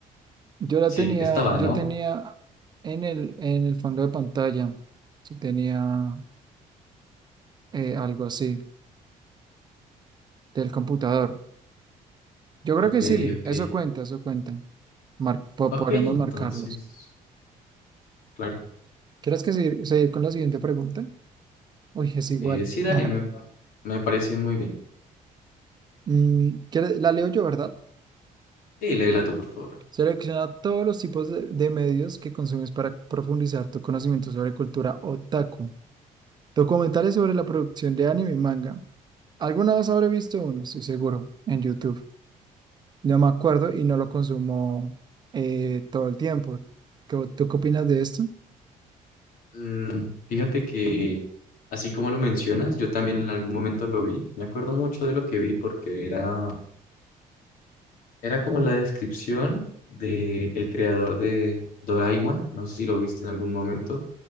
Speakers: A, on the right (about 30°); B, on the left (about 70°).
A: Yo la
B: Sí,
A: tenía,
B: estaba,
A: yo
B: ¿no?
A: tenía en el, en el fondo de pantalla, si tenía eh, algo así del computador. Yo creo
B: Ok,
A: que sí,
B: ok.
A: eso cuenta, eso cuenta. Mar- po-
B: Ok,
A: podremos
B: entonces,
A: marcarlos.
B: claro.
A: ¿Quieres que seguir, seguir con la siguiente pregunta? Uy, es igual.
B: Eh, sí, dale,
A: <laughs>
B: me, me parece muy bien.
A: Mm, ¿quieres- la leo yo, ¿verdad?
B: Y léela tú, por favor.
A: Selecciona todos los tipos de, de medios que consumes para profundizar tu conocimiento sobre cultura otaku. Documentales sobre la producción de anime y manga. ¿Alguna vez habré visto uno? Estoy seguro, en YouTube. No me acuerdo y no lo consumo eh, todo el tiempo. ¿Qué- ¿Tú qué opinas de esto?
B: Mm, fíjate que, así como lo mencionas, yo también en algún momento lo vi. Me acuerdo mucho de lo que vi porque era, era como la descripción del creador de Doraemon. No sé si lo viste en algún momento.